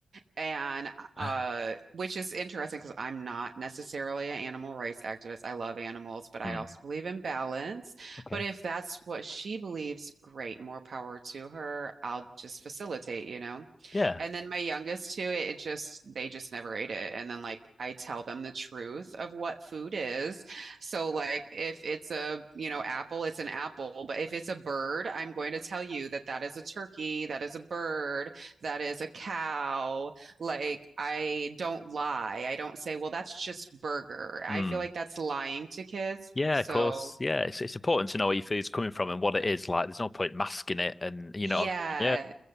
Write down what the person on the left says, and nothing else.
<laughs>
Mm.
Okay.
Yeah.
Mm.
Yeah,
of course. Yeah, it's it's important to know where your food's coming from and what it is like. There's no point masking it and you
know what I mean?